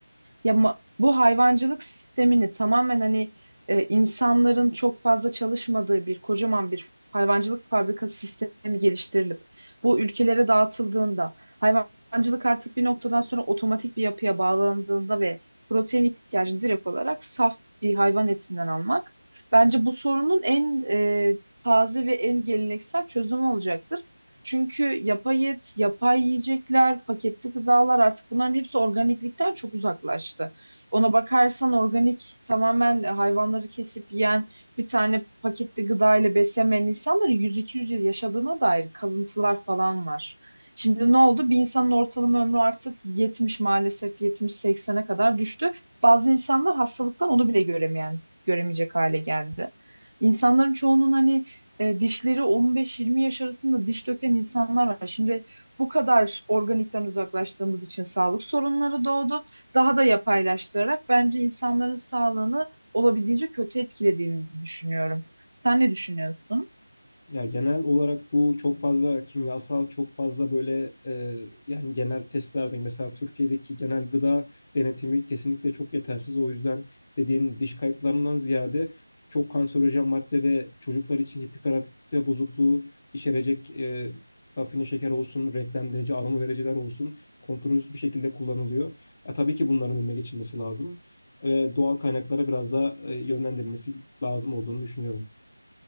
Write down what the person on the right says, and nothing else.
Ya ma- bu hayvancılık sistemini tamamen hani e, insanların çok fazla çalışmadığı bir kocaman bir hayvancılık fabrikası sistemi geliştirilip bu ülkelere dağıtıldığında hayvancılık artık bir noktadan sonra otomatik bir yapıya bağlandığında ve protein ihtiyacını direkt olarak saf bir hayvan etinden almak bence bu sorunun en e, taze ve en geleneksel çözümü olacaktır. Çünkü yapay et, yapay yiyecekler, paketli gıdalar artık bunların hepsi organiklikten çok uzaklaştı. Ona bakarsan organik tamamen hayvanları kesip yiyen bir tane paketli gıda ile beslemeyen insanların 100-200 yıl yaşadığına dair kalıntılar falan var. Şimdi ne oldu? Bir insanın ortalama ömrü artık 70 maalesef 70-80'e kadar düştü. Bazı insanlar hastalıktan onu bile göremeyen, göremeyecek hale geldi. İnsanların çoğunun hani e, dişleri 15-20 yaş arasında diş döken insanlar var. Şimdi bu kadar organikten uzaklaştığımız için sağlık sorunları doğdu. Daha da yapaylaştırarak bence insanların sağlığını olabildiğince kötü etkilediğimizi düşünüyorum. Sen ne düşünüyorsun?